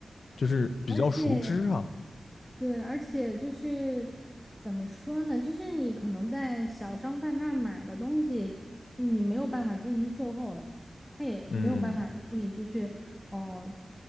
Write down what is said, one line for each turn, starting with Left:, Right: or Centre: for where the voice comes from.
Left: 就是比较熟知啊。
Centre: 而且对，而且就是怎么说呢？就是你可能在小商贩那儿买的东西，你没有办法进行售后了，他也没有办法给你，
Left: 嗯，
Centre: 就是哦、呃